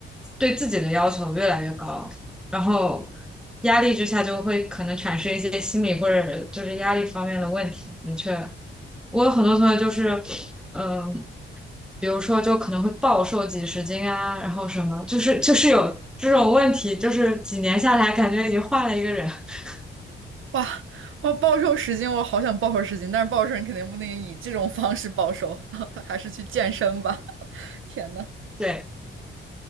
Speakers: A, in the centre; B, on the right.
A: 对自己的要求越来越高。然后压力之下就会可能产生一些心理或者就是压力方面的问题。的确，我有很多同学就是，嗯、比如说就可能会暴瘦几十斤啊，然后什么，就是就是有这种问题，就是几年下来感觉已经换了一个人。<laughs>
B: 哇，我暴瘦十斤，我好想暴瘦十斤，但是暴瘦你肯定不能以这种方式暴瘦，<laughs> 还是去健身吧。<laughs> 天呐，
A: 对，